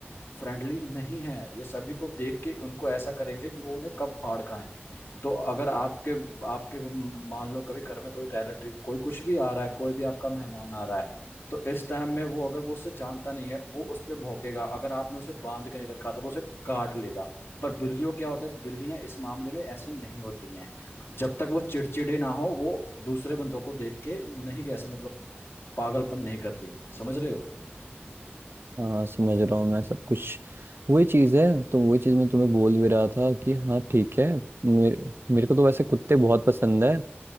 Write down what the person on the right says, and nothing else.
हाँ समझ रहा हूँ मैं सब कुछ वही चीज़ है तो वही चीज़ मैं तुम्हें बोल भी रहा था कि हाँ ठीक है मेरे, मेरे को तो वैसे कुत्ते बहुत पसंद है